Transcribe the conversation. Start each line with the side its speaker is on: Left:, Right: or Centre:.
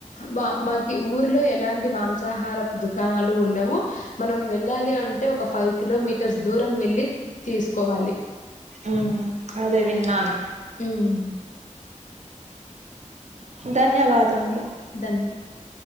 Left: మా మాకి ఊర్లో ఎలాంటి మాంసాహారపు దుకాణాలు ఉండవు మనం వెళ్ళాలి అంటే ఒక ఫైవ్ కిలోమీటర్స్ దూరం వెళ్ళి తీసుకోవాలి
Right: ఉమ్, అదే విన్నాను
Left: ఉమ్
Right: ధన్యవాదములు
Left: ధన్యవాద